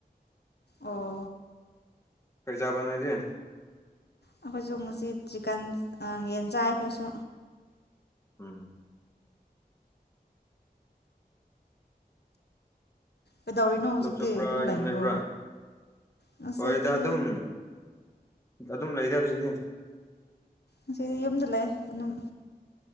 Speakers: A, on the left (about 85°); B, on the left (about 15°).
A: ꯑꯣ
B: ꯀꯩ ꯆꯥꯕ ꯅꯣꯢꯗꯤ
A: ꯑꯩꯈꯣꯏꯁꯨ ꯉꯁꯤ ꯆꯤꯀꯟ ꯌꯦꯟ ꯆꯥꯢ ꯑꯩꯈꯣꯏꯁꯨ
B: ꯎꯝ
A: ꯀꯩꯗꯧꯔꯤꯅꯣ ꯍꯧꯖꯤꯛꯇꯤ
B: ꯂꯧ ꯆꯠꯄ꯭ꯔꯥ
A: ꯑꯗꯨꯝ ꯂꯩꯕꯣ
B: ꯌꯨꯝ ꯂꯩꯕ꯭ꯔꯥ
A: ꯉꯁꯤꯗꯤ
B: ꯍꯣꯏꯗ ꯑꯗꯨꯝ ꯑꯗꯨꯝ ꯂꯩꯗꯦ ꯍꯧꯖꯤꯛꯇꯗꯤ
A: ꯉꯗꯤ ꯌꯨꯝꯗ ꯂꯩ ꯑꯗꯨꯝ